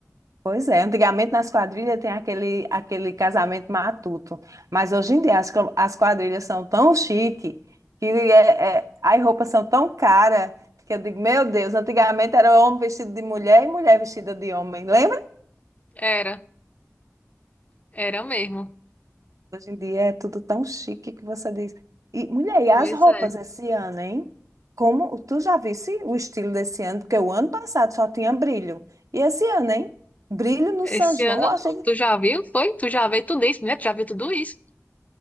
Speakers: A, on the right; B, on the left.
A: Pois é, antigamente nas quadrilhas tem aquele, aquele casamento matuto, mas hoje em dia as, co- as quadrilhas são tão chique que é, é, as roupas são tão caras que eu digo, meu Deus, antigamente era homem vestido de mulher e mulher vestida de homem, lembra?
B: Era, era mesmo.
A: Hoje em dia é tudo tão chique que você diz. E mulher, e as
B: Pois
A: roupas
B: é.
A: esse ano, hein? Como tu já visse o estilo desse ano, porque o ano passado só tinha brilho. E esse ano, hein? Brilho no
B: Esse
A: São João,
B: ano
A: eu
B: não.
A: achei.
B: Tu já viu? Foi? Tu já viu tudo isso, né? Tu já viu tudo isso?